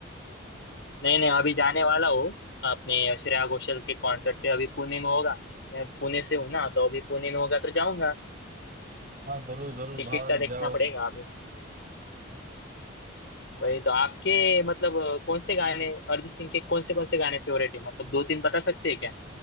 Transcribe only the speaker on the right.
हाँ जरूर जरूर
भाई
जाओ